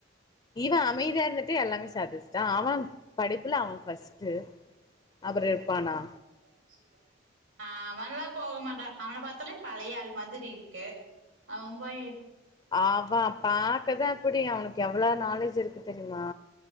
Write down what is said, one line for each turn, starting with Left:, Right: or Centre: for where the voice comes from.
Left: இவ அமைதியா இருந்துட்டு எல்லாமே சாதிச்ட்டா அவ படிப்புல அவ ஃபஸ்ட்டு
Right: <inaudible>
Left: அப்புற இருப்பானா
Right: ஆ அவன்லா போக மாட்டா அவன பாத்தாலே பழையாள் மாதிரி இருக்கு அவ போய்
Left: அவ பாக்கதா இப்புடி அவுனுக்கு எவ்ளோ நாலேஜ் இருக்கு தெரியுமா